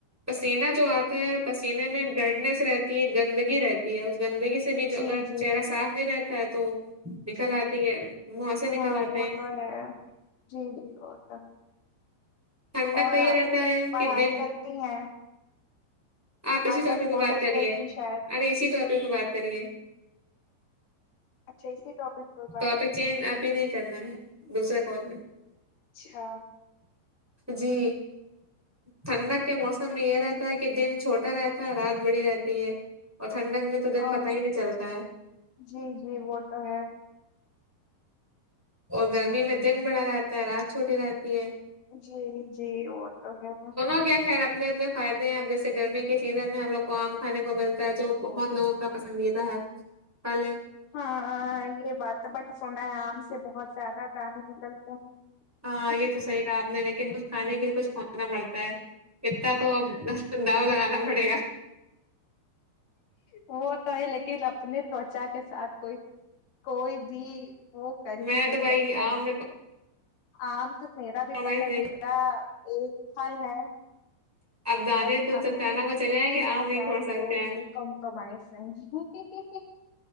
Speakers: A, in the centre; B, on the left (about 60°).
A: پسینہ جو آتا ہے پسینے میں ڈرڈنیس رہتی ہے گندگی رہتی ہے اس گندگی س سے بھی جو
B: جی
A: اگر
B: جی
A: چہرہ صاف نہیں رہتا ہے تو نکل
B: جی
A: آتی ہے منہ سے
B: ہاں
A: نکل آتے
B: وہ
A: ہیں
B: تو ہے جی جی وہ تو ہے
A: ٹھنڈک
B: اور
A: کا یہ
B: آپ
A: رہتا ہے
B: پڑھائی
A: کہ دن
B: کرتی ہیں
A: آپ اسی
B: آج
A: ٹاپک پہ
B: کالج
A: بات کر رہی
B: گئی
A: ہیں
B: تھیں شاید
A: اور اسی ٹاپک پہ بات کریے
B: اچھا اسی ٹاپک پر بات
A: ٹاپک
B: کریں
A: چینج ابھی نہیں کرنا ہے دوسرے کال پے
B: اچھا
A: جی ٹھنڈک کے موسم میں یہ رہتا ہے کہ دن چھوٹا رہتا ہے رات بڑی رہتی ہے اور ٹھنڈک میں تو دن
B: اور
A: پتہ ہی نہیں چلتا ہے
B: جی جی وہ تو ہے
A: اور گرمی میں دن بڑا رہتا ہے رات چھوٹی رہتی ہے
B: جی جی وہ تو ہے
A: ہوگیا خیر اب اتنے اتنے فائدے ہیں اب جیسے گرمی کے سیزن میں ہم لوگ کو آم کھانے کو ملتا ہے جو بہت لوگوں کا پسندیدہ ہے پھل ہے
B: ہاں ہاں یہ بات بٹ سنا ہے آم سے بہت زیادہ دانے نکلتے
A: ہاں
B: ہیں
A: یہ تو صحیح کہا آپ نے لیکن کچھ کھانے کے لیے کچھ کھونا پڑتا ہے اتنا تو اب آ داؤ لگانا پڑے گا
B: وہ تو ہے لیکن اپنے توچا کے ساتھ کوئی کوئی بھی وہ کر ہی
A: میں
B: نہیں
A: تو
B: سکتے
A: بھائی آم
B: ہیں
A: میں
B: آم تو میرا
A: کمپرومائز
B: بھی پسندیدہ
A: نہیں
B: ایک پھل ہے
A: اب دانے
B: بٹ
A: تو
B: اپنی
A: جب جانا
B: اسکن
A: کو چلے آئیں گے آم
B: کے
A: نہیں
B: ساتھ
A: چھوڑ سکتے
B: کوئی
A: ہم
B: کمپرومائز نہیں